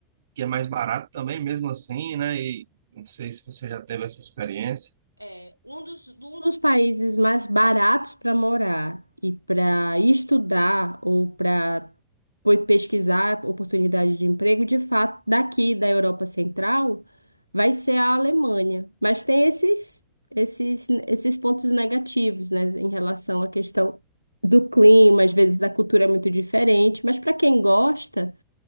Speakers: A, on the right (about 65°); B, on the right (about 80°).
A: que é mais barato também, mesmo assim, né? E não sei se você já teve essa experiência.
B: É, um dos, um dos países mais baratos para morar e para estudar ou para pesquisar oportunidades de emprego, de fato, daqui da Europa Central, vai ser a Alemanha. Mas tem esses, esses, esses pontos negativos, né, em relação à questão do clima, às vezes a cultura é muito diferente, mas para quem gosta